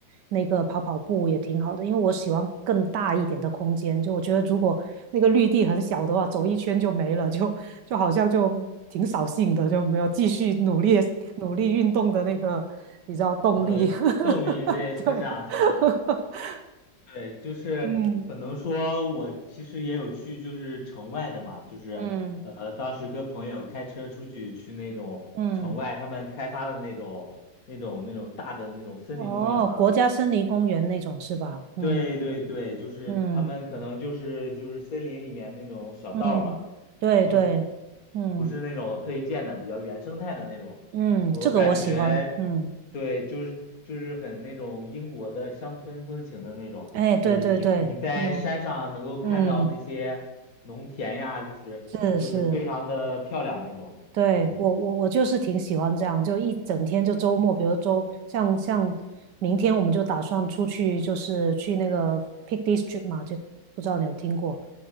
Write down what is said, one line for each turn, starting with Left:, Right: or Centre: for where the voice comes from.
Right: 那个跑跑步也挺好的，因为我喜欢更大一点的空间，就我觉得如果那个绿地很小的话，走一圈就没了，就就好像就挺扫兴的，就没有继续努力努力运动的那个，你知道动力，
Left: <laughs> 呃，动力对，
Right: <laughs>
Left: 是这样是这样。
Right: 对。<laughs>
Left: 对，就是可能说，
Right: 嗯
Left: 我其实也有去，就是城外的嘛，就是呃，
Right: 嗯
Left: 当时跟朋友开车出去去那种城外，
Right: 嗯，
Left: 他们开发的那种、那种、那种大的那种森林公园嘛。
Right: 哦，国家森林公园那种是吧？嗯
Left: 对对对，就是他们可能就是就是森林里面那种小道儿嘛，
Right: 嗯嗯，对对，
Left: 都是
Right: 嗯
Left: 不是那种特意建的，比较原生态的那种。
Right: 嗯，
Left: 我感觉，
Right: 这个我喜欢，嗯，
Left: 对，就是就是很那种英国的乡村风情的那种，
Right: 哎，对对对，
Left: 就是你你在山上能够看到那些农田呀，
Right: 嗯嗯，
Left: 就是就是非常的漂亮那种。
Right: 是是。对，
Left: 嗯
Right: 我我我就是挺喜欢这样，就一整天就周末，比如周像像明天我们就打算出去，就是去那个 Peak District 嘛，就不知道你有听过